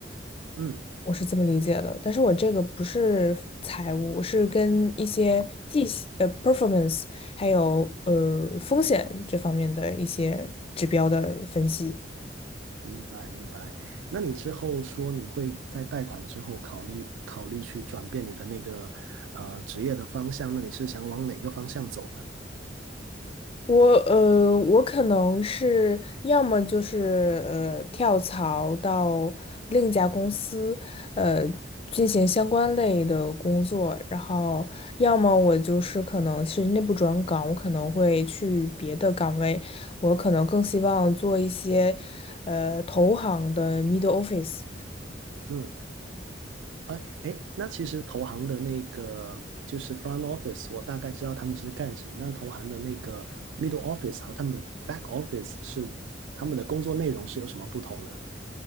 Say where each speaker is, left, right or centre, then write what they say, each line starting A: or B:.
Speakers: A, on the right; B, on the left.
A: 嗯，
B: 我是这么理解的，但是我这个不是财务，我是跟一些绩呃 performance 还有呃风险这方面的一些指标的分析。
A: 明白明白。那你之后说你会在贷款之后考虑考虑去转变你的那个呃职业的方向，那你是想往哪个方向走呢？
B: 我呃，我可能是要么就是呃跳槽到另一家公司，呃进行相关类的工作，然后要么我就是可能是内部转岗，我可能会去别的岗位，我可能更希望做一些呃投行的 middle office。
A: 嗯，哎哎，那其实投行的那个就是 front office，我大概知道他们是干什么。那投行的那个 middle office 和他们的 back office 是他们的工作内容是有什么不同呢？